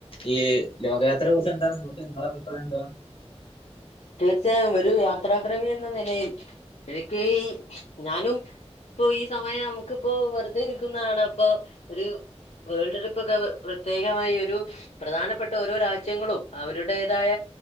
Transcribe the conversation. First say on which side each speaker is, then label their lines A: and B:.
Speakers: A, on the left; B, on the left.
A: ഈ ലോകയാത്രയെ കുറിച്ച് എന്താണ് നിങ്ങക്ക് നിങ്ങളഭിപ്രായം എന്താ
B: തീർച്ചയായും ഒരു യാത്രാക്രമി എന്ന നിലയിൽ എനിക്ക് ഈ ഞാനും ഇപ്പൊ ഈ സമയം നമുക്കിപ്പോ വെറുതെ ഇരിക്കുന്നതാണ് അപ്പൊ ഒരു വേൾഡ് ട്രിപ്പോക്കെ പ്രത്യേകമായി ഒരു പ്രധാനപ്പെട്ട ഓരോ രാജ്യങ്ങളും അവരുടേതായ